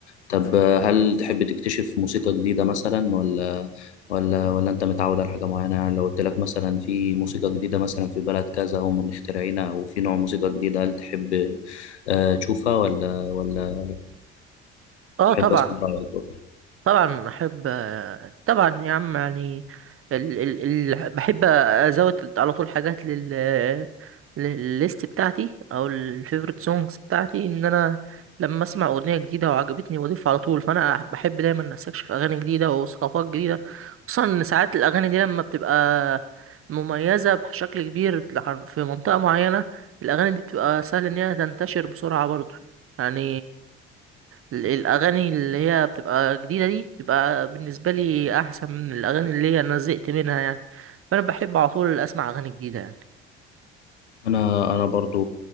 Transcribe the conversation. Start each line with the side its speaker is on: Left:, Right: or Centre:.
Left: طب آه، هل تحب تكتشف موسيقى جديده مثلا ولا ولا ولا انت متعود على حاجه معينه يعني لو قلت لك مثلا في موسيقى جديده مثلا في بلد كذا هم مخترعينها وفي نوع موسيقى جديده هل تحب آه، تشوفها ولا ولا
Right: اه
Left: تحب
Right: طبعا
Left: اسمع رايك برضه؟
Right: طبعا احب طبعا يا عم يعني ال... ال... ال... بحب ازود على طول حاجات لل للليست بتاعتي او الفيفوريت سونجز بتاعتي ان انا لما اسمع اغنيه جديده وعجبتني بضيفها على طول فانا بحب دايما استكشف اغاني جديده وثقافات جديده خصوصا ان ساعات الاغاني دي لما بتبقى مميزه بشكل كبير عن- في منطقه معينه الاغاني دي بتبقى سهل ان هي تنتشر بسرعه برضه يعني ال- الاغاني اللي هي بتبقى جديده دي بتبقى بالنسبه لي احسن من الاغاني اللي هي انا زهقت منها يعني فانا بحب على طول اسمع اغاني جديده يعني
Left: انا انا برضو